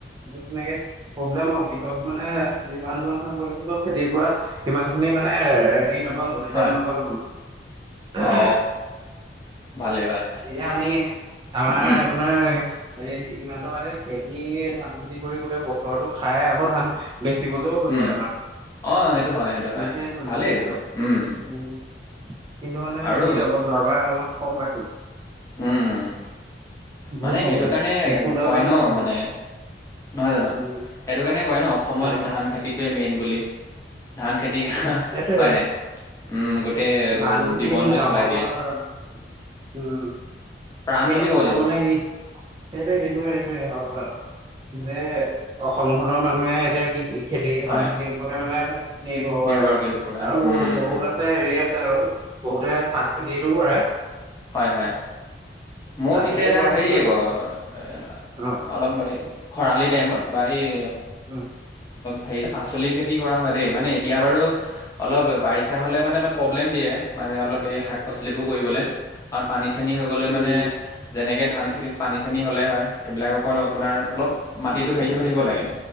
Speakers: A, on the right (about 25°); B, on the left (about 20°).
A: তেনেকে প্ৰব্লেম হয় পিছত মানে যিমান টো আশা কৰিছিলো খেতিৰ পৰা সিমান খিনি মানে হেৰি নাপালো ৰিজাল্ট
B: হয়
A: নাপালোঁ।
B: অ ভালে ভাল
A: এতিয়া আমি আমাৰ
B: উম
A: আপোনাৰ এই ইমানতো মানে খেতি ধান খেতি কৰি গোটেই বতৰটো খাই আকৌ ধান বেচিবলেও হৈ
B: উম
A: যায় আমাৰ
B: অ সেইটো হয় সেইটো
A: ইমানকে
B: হয়
A: ধান
B: ভালেই
A: লাগে
B: এইটো উম
A: উম। কিন্তু মানে
B: আৰু
A: হেৰি হ'ব যোৱাবাৰ অলপ কম পাইছিল।
B: উম
A: বহুত
B: মানে
A: কম
B: সেইটো
A: পাইছো
B: কাৰণে
A: এক কুইণ্টেল
B: কয়
A: মান ধান
B: ন
A: কম
B: মানে
A: পাইছো
B: নহয় জানো
A: উম
B: সেইটো কাৰণে কয় ন অসমত
A: হয় হয়
B: ধান খেতি টোৱে মেইন বুলি ধান খেতি হয়
A: সেইটোয়ে
B: নাই উম গোটেই
A: ধান খেতি
B: জীৱনটো
A: মানে অসমৰ
B: চলাই দিয়ে
A: উম
B: প্ৰাণ
A: সেই
B: বুলি
A: অসমৰ
B: ক'ব লাগিব
A: মানেই <unintelligible> সেইটোৱে সেইটোৱে উম মানে অসমখনৰ মানুহে এতিয়া কৃষি খেতি ধান
B: হয়
A: খেতিৰ ওপৰতে মানে নিৰ্ভৰ
B: নিৰ্ভৰশীল
A: কৰে বাৰু
B: পুৰা
A: আৰু বহু
B: উম
A: বহুত আছে হেৰি আছে আৰু বহুতে শাক খেতিটো কৰে
B: হয়-হয় মোৰ
A: চাহ
B: পিছে
A: খেতিটো
B: এটা
A: কৰে
B: হেৰি
A: কিন্তু
B: আকৌ এ
A: অ
B: অলপ খৰালি টাইমত বা এই
A: উম
B: সেই পাচলি খেতি কৰা হয় দেই মানে এতিয়া বাৰু অলপ বাৰিষা হলে মানে অলপ প্ৰব্লেম দিয়ে মানে অলপ এই শাক পাচলিবোৰ কৰিবলে
A: উম
B: কাৰণ পানী চানী হৈ গলে
A: উম
B: মানে যেনেকে ধান খেতিত পানী চানী হ'লে হয় এইবিলাকৰো আপোনাৰ অলপ
A: উম
B: মাটিটো হেৰি হৈ থাকিব লাগে